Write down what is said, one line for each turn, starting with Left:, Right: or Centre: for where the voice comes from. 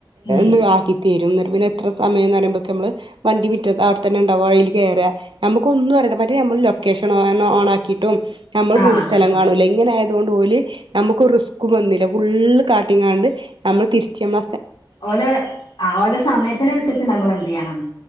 Left: ഉം
Right: ന്നാക്കിട്ട്. ത്യരും ന്നിട്ട് പിന്നെ എത്ര സമയന്ന് പറയുമ്പോത്തിന് നമ്മൾ വണ്ടിറ്റത്ത് അവിടെത്തന്നെ ഇണ്ടാവ അയില് കേറാ. നമ്മുക്ക്ക്കൊന്നുറിയണ്ട മറ്റേ ഞമ്മള് ലൊക്കേഷൻ ഓ ഓണാക്കിട്ടും നമ്മള്
Left: ആഹ്
Right: ഫുള്
Left: അങ്ങനെ
Right: സ്ഥലം
Left: പോണം
Right: കാണൂല്ലേ. ഇങ്ങനെ ആയതൊണ്ട് ഓല് ഞമക്ക് റിസ്ക് വന്നില്ല ഫുള്ള് കാട്ടിങ്ങാണ്ട് ഞമ്മ് തിരിച്മ്മ.
Left: ഓലെ ആഹ് ഓലെ സമയത്തിനനുസരിച്ച് നമ്മൾ എന്റെയ്യണം.